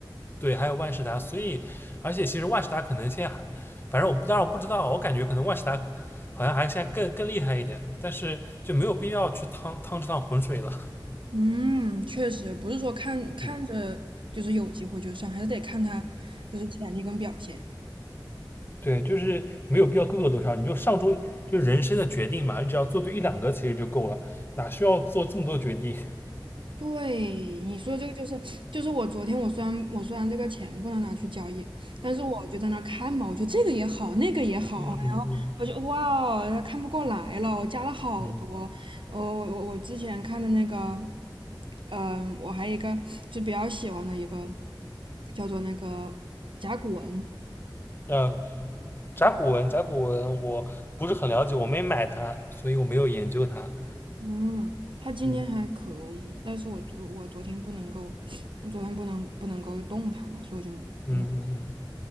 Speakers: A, on the left; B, on the right.
A: 对，还有万事达，所以而且其实万事达可能现在还，反正我不当然我不知道，我感觉可能万事达好像还现在更更厉害一点，但是就没有必要去趟趟这趟浑水了，
B: 嗯，确实不是说看看着就是有机会就上，
A: 嗯，
B: 还是得看它就是潜力跟表现。
A: 对，就是没有必要各个都上，你就上周就是人生的决定嘛，你只要做对一两个其实就够了，哪需要做这么多决定？
B: 对，你说这个就是就是我昨天我虽然我虽然这个钱不能拿去交易，但是我就在那儿看嘛，我觉得这个也好，那个也好，
A: 嗯嗯嗯嗯嗯。嗯嗯
B: 我就哇哦，看不过来了，我加了好多。
A: 嗯，
B: 呃我我我之前看的那个嗯，我还有一个就比较喜欢的一个叫做那个甲骨文，
A: 呃，甲骨文，
B: 对，
A: 甲骨文我不是很了解，我没买它，所以我没有研究它。
B: 嗯，它今天还可以，
A: 嗯
B: 但是我昨我昨天不能够，我昨天不能不能够动它嘛，所以我就嗯
A: 嗯嗯嗯，